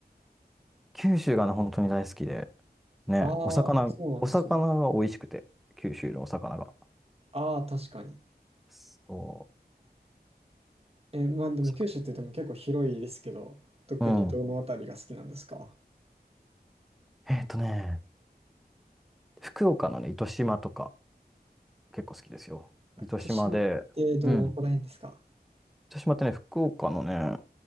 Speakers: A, in the centre; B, on the right.
A: 九州がね、本当に大好きで、ね、
B: ああー、
A: お魚、
B: そうなんですね。
A: お魚が美味しくて、九州のお魚が。
B: ああ、確かに。
A: そ
B: え、まあでも九州って言っても結構広いですけど、
A: う。お魚
B: 特にどのあたりが好きなんですか
A: うん。えっとね、福岡のね、糸島とか、結構好きですよ。糸島で、
B: 糸島ってどこら辺ですか
A: うん。糸島ってね、福岡のね、